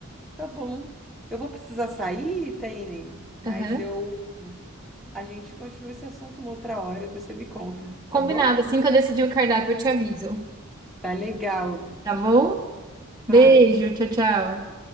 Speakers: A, in the centre; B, on the right.
A: Tá bom. Eu vou precisar sair, Taine, mas
B: Aham.
A: eu a gente continua esse assunto uma outra hora, depois você me conta,
B: Combinado.
A: tá bom?
B: Assim que eu decidir o cardápio, eu te aviso.
A: Tá legal.
B: Tá bom? Beijo,
A: Mas
B: tchau, tchau.